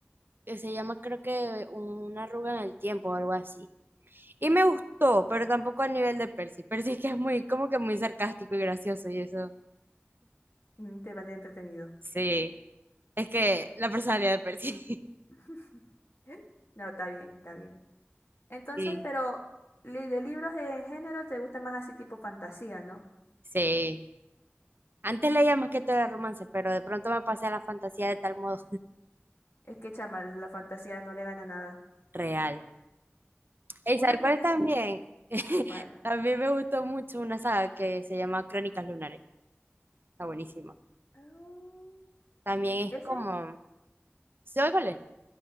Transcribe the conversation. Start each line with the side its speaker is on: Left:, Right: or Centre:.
Right: que se llama, creo que Una arruga en el tiempo o algo así. Y me gustó, pero tampoco al nivel de Percy. Percy es que es muy, como que muy sarcástico y gracioso y eso.
Left: Mm, te mantiene entretenido.
Right: Sí, Es que la personalidad de Percy. <laughs>
Left: <laughs> No, está bien, está bien. Entonces,
Right: Sí,
Left: pero li- de libros en género te gusta más así tipo fantasía, ¿no?
Right: sí. Antes leía más que todo el romance, pero de pronto me pasé a la fantasía de tal modo
Left: Es que chama, la fantasía no le gana nada.
Right: real. ¿Y sabes
Left: Una que
Right: cuál
Left: me...
Right: también? <laughs>
Left: ¿Cuál?
Right: También me gustó mucho una saga que se llama Crónicas Lunares. Está buenísima.
Left: Mm,
Right: También
Left: Esa
Right: es como...
Left: es-
Right: ¿Sabes cuál es?